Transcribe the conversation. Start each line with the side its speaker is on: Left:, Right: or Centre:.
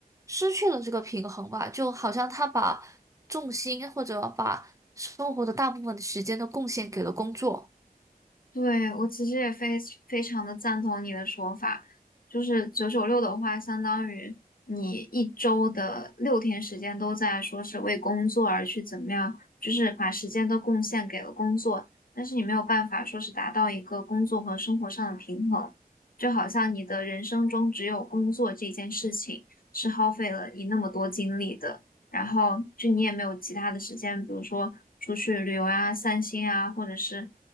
Right: 失去了这个平衡吧，就好像他把重心或者把生活的大部分的时间都贡献给了工作。
Left: 对，我其实也非非常的赞同你的说法，就是九九六的话，相当于你一周的六天时间都在说是为工作而去怎么样，就是把时间都贡献给了工作，但是你没有办法说是达到一个工作和生活上的平衡，就好像你的人生中只有工作这件事情是耗费了你那么多精力的，然后就你也没有其他的时间，比如说出去旅游啊、散心啊，或者是。